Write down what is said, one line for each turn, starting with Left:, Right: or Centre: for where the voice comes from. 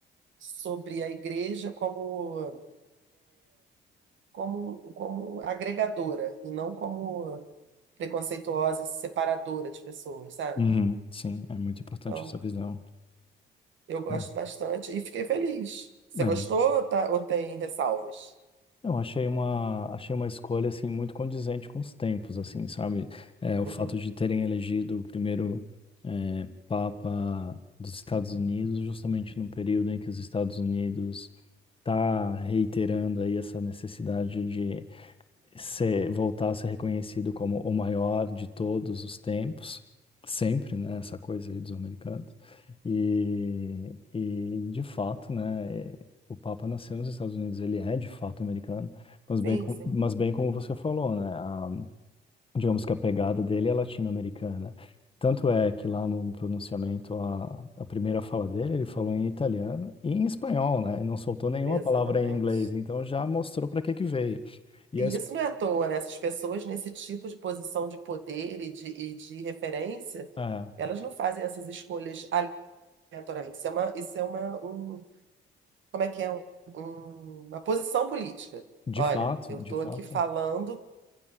Right: sobre a igreja como como como agregadora e não como preconceituosa e separadora de pessoas, sabe?
Left: Uhum. Sim, é muito importante
Right: Então,
Left: essa visão.
Right: eu gosto
Left: É.
Right: bastante e fiquei feliz. Você
Left: É.
Right: gostou, tá? Ou tem ressalvas?
Left: Eu achei uma, achei uma escolha assim muito condizente com os tempos, assim, sabe? É, o
Right: Uhum.
Left: fato de terem elegido o primeiro é, Papa dos Estados Unidos, justamente num período em que os Estados Unidos está reiterando aí essa necessidade de ser, voltar a ser reconhecido como o maior de todos os tempos, sempre, né, essa coisa aí dos americanos. E, e de fato, né, é, o Papa nasceu nos Estados Unidos, ele é de fato americano, mas
Right: Sim,
Left: bem, com-
Right: sim,
Left: mas bem como você falou, né, a- digamos que a pegada dele é latino-americana. Tanto é que lá no pronunciamento, a, a primeira fala dele, ele falou em italiano e em espanhol, né? E não soltou nenhuma
Right: exatamente.
Left: palavra em inglês, então já mostrou para que que veio. E
Right: E
Left: a,
Right: isso não é à toa, né? Essas pessoas nesse tipo de posição de poder e de, e de referência,
Left: É,
Right: elas não fazem essas escolhas aleatoriamente. Isso é uma, isso é uma, um, como é que é? Um- um- uma posição política.
Left: de
Right: Olha,
Left: fato,
Right: eu
Left: de
Right: estou
Left: fato,
Right: aqui falando